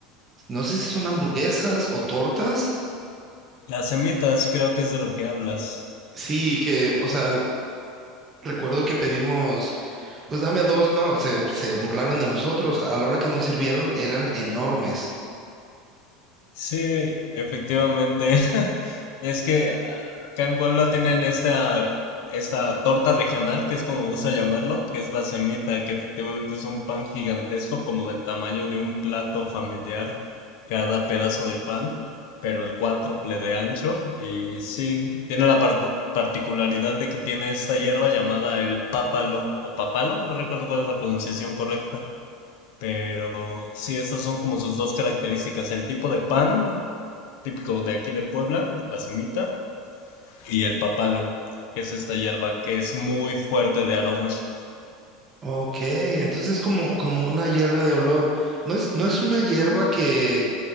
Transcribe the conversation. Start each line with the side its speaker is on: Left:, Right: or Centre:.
Right: No sé si son hamburguesas o tortas
Left: Las semitas creo que es de lo que hablas.
Right: Sí, que, o sea, recuerdo que pedimos, pues dame dos, no, se, se burlaron de nosotros. A la hora que nos sirvieron eran enormes.
Left: Sí, efectivamente. <laughs> Es que ah, acá en Puebla tienen esta, esta torta regional, que es como gusta llamarlo, que es la semita, que efectivamente es un pan gigantesco, como del tamaño de un plato familiar, cada pedazo de pan, pero el cuádruple de ancho. Y sí, tiene la parcu- particularidad de que tiene esta hierba llamada el pápalo, o papalo, no recuerdo cuál es la pronunciación correcta. Pero sí, estas son como sus dos características, el tipo de pan típico de aquí de Puebla, la semita, y el papalo, que es esta hierba que es muy fuerte de aromas.
Right: Ok, entonces es como, como una hierba de olor. No es, no es una hierba que,